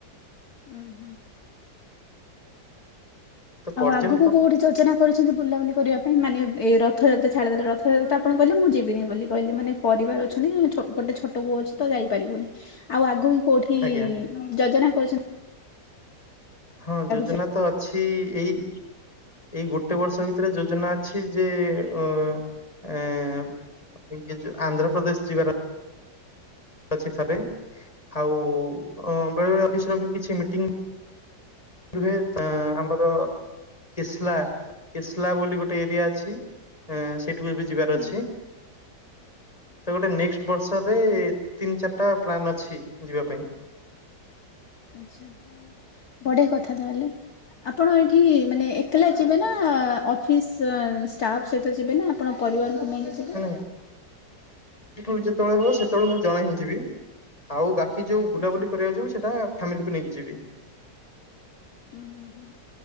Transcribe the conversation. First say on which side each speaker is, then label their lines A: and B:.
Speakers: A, on the left; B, on the left.
A: ଉୁଁ ହୁଁ।
B: ତ ପର୍ଯ୍ୟଟନ
A: ଆଉ ଆଗକୁ କୋଉଠି ଯୋଜନା କରିଛନ୍ତି ବୁଲାବୁଲି କରିବା ପାଇଁ? ମାନେ ଏହି ରଥ ଯାତ୍ରା ଛାଡିଦେଲେ ରଥଯାତ୍ରା ଆପଣ କହିଲେ ମୁଁ ଯିବିନି ବୋଲି କହିଲେ ମାନେ ପରିବାର ଅଛନ୍ତି। ଛ-ଗୋଟେ ଛୋଟ ପୁଅ ଅଛି ତ ଯାଇପାରି ବୁନି। ଆଉ ଆଗକୁ କୋଉଠି
B: ଆଜ୍ଞା
A: ଯୋଜନା କରୁଛନ୍ତି?
B: ହଁ ଯୋଜନା
A: ଯିବେ?
B: ତ ଅଛି ଏଇ ଏଇ ଗୋଟେ ବର୍ଷ ଭିତରେ ଯୋଜନା ଅଛି ଯେ ଅ ଆ ଇଏ ଯ ଆନ୍ଧ୍ରପ୍ରଦେଶ ଯିବାର ଅଛି ଥରେ। ଆଉ ବେଳେ ବେଳେ ଅଫିସ୍ ର କିଛି ମିଟିଂ ରୁହେ ଆମର, କିସ୍ଲା କିସ୍ଲା ବୋଲି ଗୋଟେ ଏରିଆ ଅଛି। ହୁଁ, ସେଇଠୁ ଏବେ ଯିବାର
A: ଉଁ
B: ଅଛି।
A: ହୁଁ
B: ତ ଗୋଟେ ନେଷ୍ଟ ବର୍ଷରେ ତିନି ଚାରିଟା ପ୍ଲାନ୍ ଅଛି ଯିବା ପାଇଁ।
A: ଆଛା ବଢିଆ କଥା ତାହଲେ। ଆପଣ ଏଇଠି ମାନେ ଏକଲା ଯିବେ ନା? ଅଫିସ୍ ଷ୍ଟାଫ୍ ସହିତ ଯିବେ ନା ଆପଣ ପରିବାରକୁ ନେଇକି ଯିବେ?
B: ମାନେ ଏଠୁ ଯେତେବେଳେ ହବ ସେତେବେଳେ ମୁଁ ଜଣେ ହିଁ ଯିବି। ଆଉ ବାକି ଯୋଉ ବୁଲାବୁଲି
A: ଆଚ୍ଛା।
B: କରିବାକୁ ଯିବ ସେଇଟା ଫ୍ୟାମିଲିକୁ ନେଇକି ଯିବି।
A: ଉଁ ହୁ ହୁଁ।